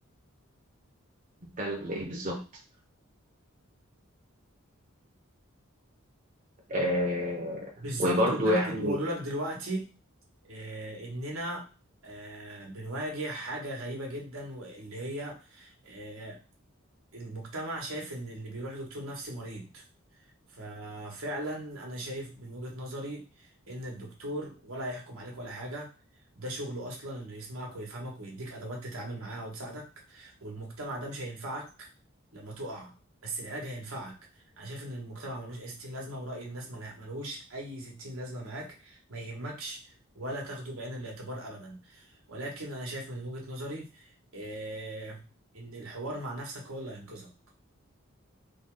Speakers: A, on the right; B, on the right.
A: مدلل ايه بالظبط آه
B: بالظبط
A: وبرضه
B: وده اللي
A: يعني
B: كنت بقوله لك دلوقتي آه اننا آه بنواجه حاجة غريبة جدا واللي هي آه المجتمع شايف ان اللي بيروح لدكتور نفسي مريض ففعلا انا شايف من وجهة نظري ان الدكتور ولا هيحكم عليك ولا حاجة ده شغله اصلا انه يسمعك ويفهمك ويديك ادوات تتعامل معاها وتساعدك والمجتمع ده مش هينفعك لما تقع بس العلاج هينفعك انا شايف ان المجتمع ملوش اي 60 لازمة ورأي الناس مل- ملوش اي 60 لازمة معاك ما يهمكش ولا تاخده بعين الاعتبار ابدا ولكن انا شايف من وجهة نظري إيه ان الحوار مع نفسك هو اللي هينقذك